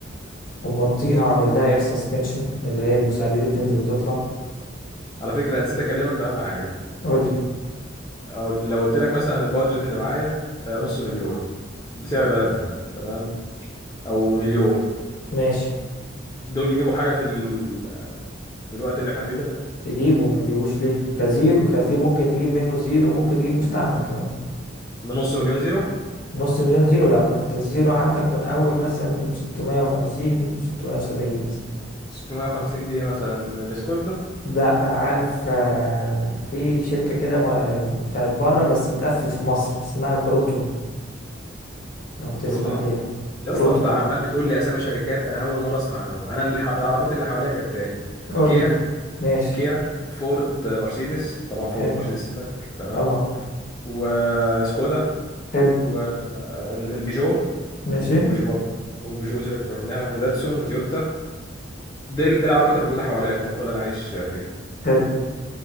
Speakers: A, on the left; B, on the left.
A: هم موطيها عامل لها اير سسبنشن اللي هي المساعدة دي بتنزل وتطلع
B: على فكرة أنا نسيت أكلمك في أهم حاجة
A: قول لي
B: أو لو قلت لك مثلا البادجت اللي معايا آه، نص مليون بسعر بلدنا تمام أو مليون
A: ماشي
B: دول يجيبوا حاجة في, ال... في الوقت اللي احنا فيه ده
A: يجيبه وما يجيبوش ليه كزيرو كفي ممكن تجيب منه زيرو ممكن تجيب مستعمل كمان
B: من نص مليون زيرو
A: نص مليون زيرو لا انت الزيرو عندك من اول مثلا 650 670 مثلا
B: 650 دي مثلا السكودا
A: لا عارف آه، في شركة كده ما- بتاعت بره بس بتقفل في مصر اسمها بروتون لو تسمع
B: بروتون
A: عليها
B: يا
A: بروتون
B: اسطى انت عمال بتقول لي اسامي شركات انا اول مره اسمع عنهم انا الح... العربيات اللي حواليا كالتالي
A: قول
B: كيا
A: لي ماشي
B: كيا فورد آه، مرسيدس طبعا فورد
A: حلو
B: ومرسيدس سيبك تمام
A: طبعا
B: وسكودا
A: حلو
B: والبيجو
A: ماشي
B: وبيجو برضه وبيجو سيبك منها وداتسون وتويوتا دي, دي العربيات اللي موجودة حواليا في المنطقة اللي أنا عايش فيها
A: حلو